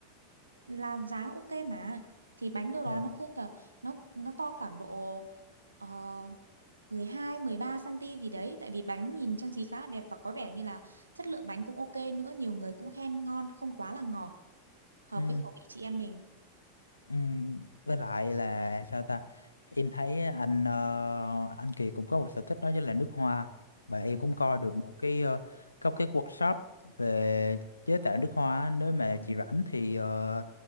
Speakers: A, on the right (about 75°); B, on the left (about 80°).
A: là giá ok mà. Thì bánh đâu đó
B: Dạ.
A: nó hơn tờ nó nó to khoảng độ uh, 12 13 cm gì đấy tại vì bánh nhìn trang trí khá là đẹp và có vẻ như là chất lượng bánh cũng ok nữa, nhiều người cũng khen ngon, không quá là ngọt, hợp
B: Ừ.
A: với khẩu vị chị em mình.
B: Ừm, với lại là sao ta em thấy anh ờ, anh Kiệt cũng có một sở thích đó chính là nước hoa và em cũng coi được một cái ờ, có cái workshop về chế tạo nước hoa á. nếu mà
A: Ừ.
B: chị rảnh thì ờ,